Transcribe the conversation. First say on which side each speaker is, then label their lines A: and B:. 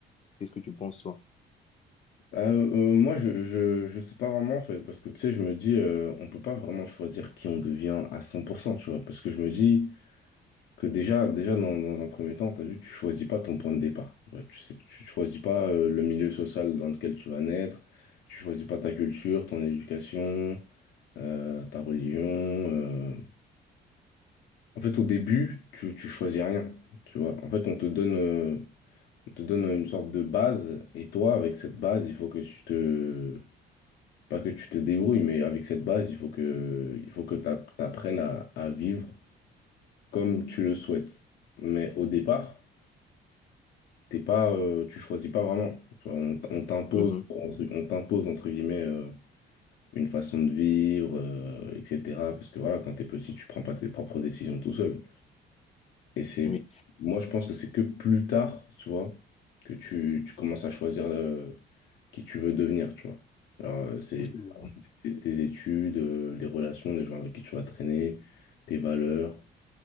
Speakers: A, on the left; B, on the left.
A: Qu'est-ce que tu penses, toi?
B: Ah, euh, euh, moi, je, je, je sais pas vraiment, en fait, parce que, tu sais, je me dis, euh, on peut pas vraiment choisir qui on devient à 100%, tu vois, parce que je me dis que déjà, déjà dans, dans un premier temps, t'as vu, tu choisis pas ton point de départ, tu vois, tu sais, tu choisis pas euh, le milieu social dans lequel tu vas naître, tu choisis pas ta culture, ton éducation, euh, ta religion, euh, En fait, au début, tu, tu choisis rien, tu vois. En fait, on te donne, euh, on te donne une sorte de base, et toi, avec cette base, il faut que tu te, pas que tu te débrouilles, mais avec cette base, il faut que, il faut que t'app- t'apprennes à, à vivre comme tu le souhaites. Mais au départ, t'es pas, euh, tu choisis pas vraiment. Tu vois, on, t- on t'impose,
A: Mhm.
B: entre- on t'impose entre guillemets euh, une façon de vivre, euh, etc. Parce que voilà, quand t'es petit, tu prends pas tes propres décisions tout seul. Et c'est,
A: Oui,
B: moi, je pense que c'est que plus tard, tu vois, que tu, tu commences à choisir euh, qui tu veux devenir, tu vois. Alors, euh, c'est
A: je,
B: tes tes études, euh, les relations, les gens avec qui tu vas traîner, tes valeurs,